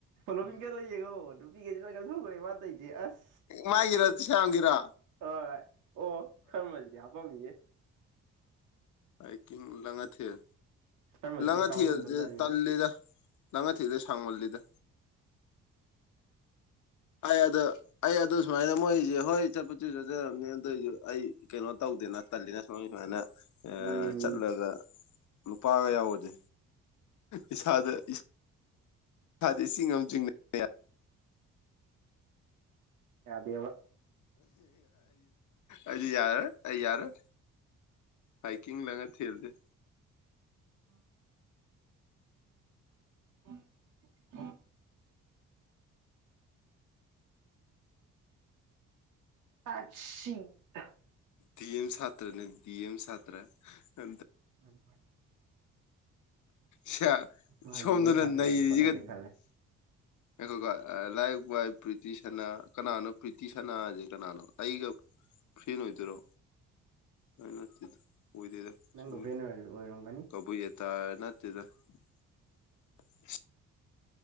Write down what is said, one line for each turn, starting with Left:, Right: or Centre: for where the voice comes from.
Right: ꯅꫭꯕꯤꯟ ꯀꯥꯗꫭ ꯌ‌ꯦꯡꯑꫭ ꯅꯨꯄꯤ ꯀꯩꯁ ꯂꯣꯏ ꯂꯧꯊꯣꯛꯈ꯭ꯔꯦ ꯃꯅꯥ ꯇꯩꯁꯦ ꯑꯁ
Left: ꯃꯥꯥꯏꯒꯤꯔ ꯁ꯭ꯃꯒꯤꯔꯥ
Right: ꯑ ꯑꯣ ꯁꯔꯃꯁꯤꯗꯤ ꯍꯥꯄꯝꯃꯤꯌꯦ
Left: ꯍꯥꯀꯤꯡ ꯂꯉꯥ ꯊꯦꯜ
Right: ꯁꯔꯃꯁꯤꯗꯤ
Left: ꯂꯉꯥ
Right: ꯀꯥꯎ
Left: ꯊꯦꯜꯁꯦ
Right: ꯉꯝꯗꯕꯖꯥꯠꯅꯤ ꯃꯥ
Left: ꯇꯜꯂꯦꯗ ꯂꯪꯉꯥ ꯊ‌ꯦꯜꯖ‌ꯦ ꯁꯥꯡꯃꯜꯂꯤꯗ ꯑꯩ ꯑꯗꯨ ꯑꯩ ꯑꯗꯨ ꯁꯨꯃꯥꯏꯅ ꯃꯣꯏꯁꯦ ꯍꯣꯏ ꯆꯠꯄꯁꯨꯁꯨ ꯆꯠꯆꯔꯝꯅꯤ ꯑꯗꯨꯏꯁꯨ ꯑꯩ ꯀꯩꯅꯣ ꯇꯧꯗꯦꯅ ꯇꯜꯂꯤꯅ ꯁꫭꯝꯒꯤ ꯁꯨꯃꯥꯏꯅ
Right: ꯎꯝ
Left: ꯆꯠꯂꯒ ꯅꯨꯄꯥꯒ ꯌꯥꯎꯕꯗꯤ ꯏꯁꯥꯗ ꯏꯁꯥꯗ ꯏꯁꯤꯡ ꯑꯃ ꯆꯤꯡꯅꯩ ꯀ <unintelligible>
Right: ꯌꯥꯗꯦꯕ
Left: ꯑ ꯌꯥꯔ‌ꯦ ꯑꯩ ꯌꯥꯔ‌ꯦ ꯍꯥꯏꯀꯤꯡ ꯂꯉꯥ ꯊ‌ꯦꯜꯖ‌ꯦ
Right: ꯑ <unintelligible> ꯎꯝ <unintelligible> ꯇꯠꯁꯤ <unintelligible>
Left: ꯗꯤꯑꯦꯝ ꯁꯥꯇ꯭ꯔꯅꯦ ꯗꯤꯑꯦꯝ ꯁꯥꯇ꯭ꯔ ꯑ
Right: ꯑꯗꯨꯅꯤ ꯃꯥ <unintelligible>
Left: ꯁꯌꯥ
Right: ꯃꯥꯗꯤ
Left: ꯁꯣꯝꯗꯅ
Right: ꯑꯦꯝ ꯁꯥꯇ꯭ꯔ
Left: ꯅꯔꯤꯁꯤꯒ
Right: ꯑꯣꯏꯅ ꯍꯣꯠꯅꯒꯦ ꯈꯜꯂꯦ
Left: ꯉꯥꯏꯈꯣꯀꫭ ꯂꯥꯏꯛ ꯕꯥꯏ‌ ꯄ꯭ꯔꯤꯇꯤ ꯁꯅꯥ ꯀꯅꯥꯅꯣ ꯄ꯭ꯔꯤꯇꯤ ꯁꯅꯥꯁꯦ ꯀꯅꯥꯅꯣ ꯑꯩꯒ ꯐ꯭ꯔ‌ꯦꯟ ꯑꫭꯏꯗꫭꯏꯔꯣ ꯍꯩ ꯅꯠꯇ‌ꯦ ꯑꯣꯏꯗꯣꯏꯗ
Right: ꯅꯪꯒ
Left: ꯁꯨꯝ
Right: ꯐ꯭ꯔꯦꯟ ꯑꯣꯏꯔꯝꯒꯅꯤ
Left: ꯀꯕꯨꯏ ꯌꯦꯇꯥꯔ ꯅꯠꯇꯦꯗ <inaudible>